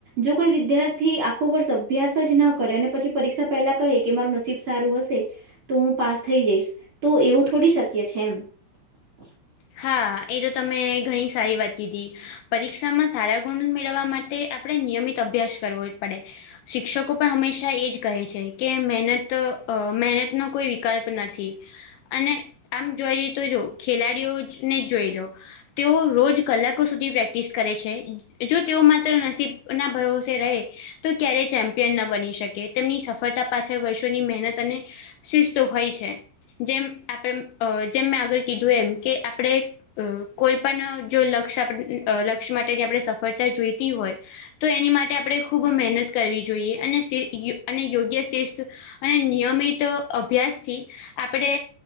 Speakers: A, on the right; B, on the left.
A: જો કોઈ વિદ્યાર્થી આખો વર્ષ અભ્યાસ જ ન કરે અને પછી પરીક્ષા પહેલા કહે કે મારું નસીબ સારું હશે તો હું પાસ થઈ જઈશ તો એવું થોડી શક્ય છે એમ. <inaudible>
B: હા એ તો તમે ઘણી સારી વાત કીધી પરીક્ષામાં સારા ગુણ મેળવવા માટે આપણે નિયમિત અભ્યાસ કરવો જ પડે. શિક્ષકો પણ હંમેશા એ જ કહે છે કે મહેનત મહેનતનો કોઈ વિકલ્પ નથી. અને આમ જોઈ લ તો જો ખેલાડીઓ જ ને જ જોઈ લો તેઓ રોજ કલાકો સુધી પ્રેક્ટિસ કરે છે. જો તેઓ માત્ર નસીબ ના ભરોસે રહે. તો ક્યારેય ચેમ્પિયન ના બની શકે તેમની સફળતા પાછળ વર્ષોની મહેનત અને શિસ્ત હોય છે જેમ આપ જેમ મેં આગળ કીધું એમ કે આપણે અ કોઈ પણ જો લક્ષ લક્ષ્ય માટેની આપણે સફળતા જોઈતી હોય તો એની માટે આપણે ખૂબ મહેનત કરવી જોઈએ અને અને યોગ્ય શસ્ અને નિયમિત અભ્યાસથી આપણે